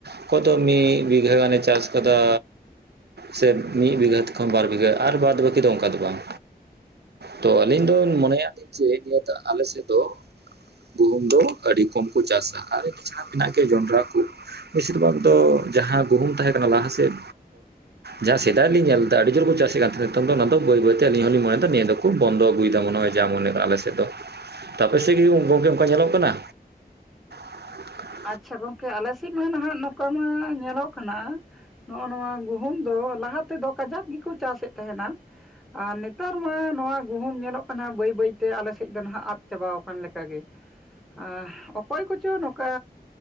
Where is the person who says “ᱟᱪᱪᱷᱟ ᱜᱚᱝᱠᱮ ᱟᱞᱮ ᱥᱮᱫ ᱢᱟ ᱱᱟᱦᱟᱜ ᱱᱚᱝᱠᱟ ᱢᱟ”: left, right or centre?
Centre